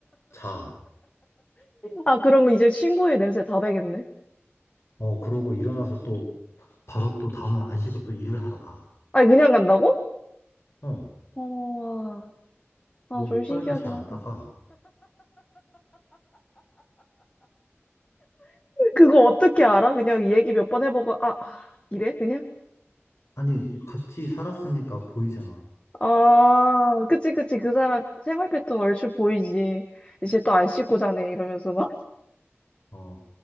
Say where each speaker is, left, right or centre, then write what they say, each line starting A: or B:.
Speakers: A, on the left (about 70°); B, on the left (about 25°).
A: 자.
B: 아, 그럼 이제 친구의 냄새 다 배겠네.
A: 어 그러고 일어나서 또 바로 또 다음날 안 씻고 또 일을 하러 가.
B: 아니, 그냥 간다고?
A: 어
B: 어, 아,
A: 뭐 이빨도
B: 좀 신기하긴
A: 잘 안
B: 하다.
A: 닦아.
B: 그거 어떻게 알아? 그냥 얘기 몇 번 해보고, 아, 아, 이래? 그냥?
A: 아니 같이 살았으니까 보이잖아.
B: 아, 그치, 그치. 그 사람 생활 패턴 얼추 보이지. 이제 또 안 씻고 자네. 이러면서 막.
A: 어